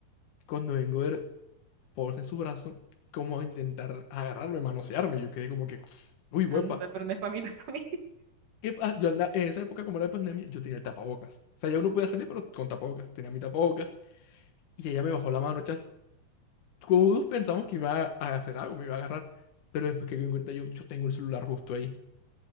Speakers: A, on the left; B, on the right.
A: Cuando vengo a ver Paul en su brazo, como a intentar agarrarme, manosearme, yo quedé como que, uy,
B: Anda,
A: huepa.
B: pero no es para mí, no es para mí.
A: ¿Qué pa- Yo andaba, en esa época, como era de pandemia, yo tenía el tapabocas. O sea, ya uno podía salir, pero con tapabocas. Tenía mi tapabocas. Y ella me bajó la mano, Todos pensamos que iba a hacer algo, me iba a agarrar. Pero después que me di cuenta yo, yo tengo el celular justo ahí.